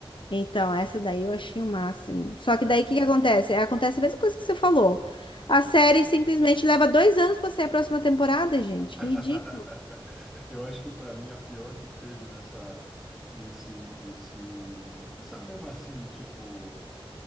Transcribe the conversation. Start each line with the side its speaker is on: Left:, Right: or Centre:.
Left: Então, essa daí eu achei o máximo. Só
Centre: Ah,
Left: que daí
Centre: é-
Left: o que que acontece? É, Acontece a mesma coisa que você falou. A série simplesmente leva dois anos para sair a próxima temporada, gente.
Centre: <laughs>
Left: Que ridículo.
Centre: Eu acho que para mim a pior que teve nessa, nesse, nesse, essa mesma assim, tipo,